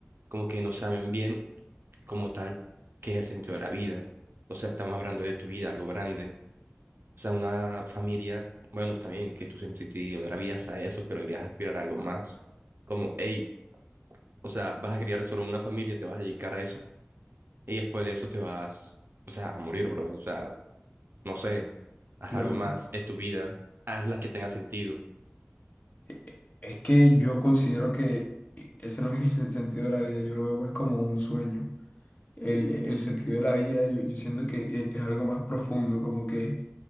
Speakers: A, on the right (about 55°); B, on the left (about 35°).
A: como que no saben bien como tal qué es el sentido de la vida. O sea, estamos hablando de tu vida, algo grande. O sea, una familia, bueno, está bien que tu sentido de la vida sea eso, pero deberías aspirar a algo más. Como, hey, o sea, vas a criar solo una familia, te vas a dedicar a eso, y después de eso te vas, o sea, a morir, bro. O sea, no sé, haz
B: Claro.
A: algo más, es tu vida, haz la que tenga sentido.
B: E- e- Es que yo considero que e, ese no es el sen- sentido de la vida, yo lo veo más como un sueño. El, e, el sentido de la vida, yo, yo siento que e- es algo más profundo, como que